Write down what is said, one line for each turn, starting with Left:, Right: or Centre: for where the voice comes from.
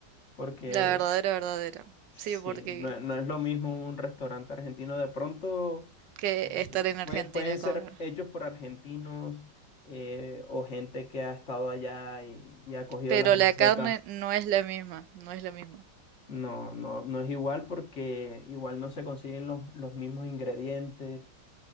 Left: porque
Right: La verdadera, verdadera.
Left: Sí,
Right: Sí, porque
Left: no, no es lo mismo un restaurante argentino. De pronto
Right: que
Left: eh,
Right: estar en Argentina
Left: pueden, pueden
Right: y comer.
Left: ser hechos por argentinos eh, o gente que ha estado allá y, y ha cogido
Right: Pero
Left: las recetas.
Right: la carne no es la misma, no es la misma.
Left: No, no, no es igual porque igual no se consiguen los, los mismos ingredientes.